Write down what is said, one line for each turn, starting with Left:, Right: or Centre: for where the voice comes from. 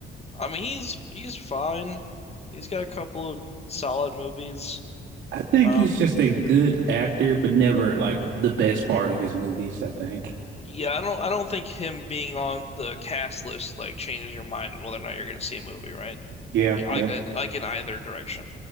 Left: I mean, he's he's fine. He's got a couple of solid movies.
Right: I think
Left: Um,
Right: he's just a good actor, but never like the best part of his movies, I think.
Left: Yeah, I don't I don't think him being on the cast list like changes your mind on whether or not you're going to see a movie, right?
Right: Yeah,
Left: Yeah, Like
Right: yeah.
Left: in- like in either direction.